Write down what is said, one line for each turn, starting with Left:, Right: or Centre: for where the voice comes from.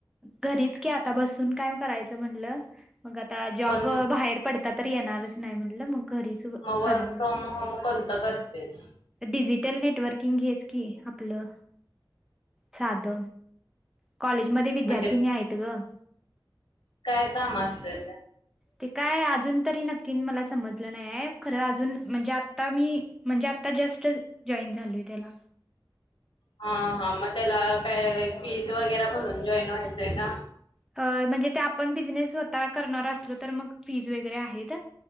Centre: घरीच की आता, बसून काय करायचं म्हणलं मग आता जॉब
Left: पण
Centre: बाहेर पडता तरी येणारच नाही म्हटलं मग. घरीच
Left: मग
Centre: करायला.
Left: वर्क फ्रॉम होम कोणत करतेस?
Centre: डिजिटल नेटवर्किंग हेच की आपलं साध कॉलेज मध्ये विद्यार्थिनी
Left: म्हणजे
Centre: आहेत ग.
Left: काय काम असतंय ते?
Centre: ते काय अजून तरी नक्की मला समजलं नाही हाय, खरं अजून म्हणजे आता मी म्हणजे आता जस्टच, जॉईन झालोय त्याला.
Left: हा, हा मग त्याला काय फीज वगैरे भरून जॉईन व्हायचंय का?
Centre: अ, म्हणजे ते आपण बिझनेस स्वतः करणार असलो तर मग फीज वगैरे आहेत.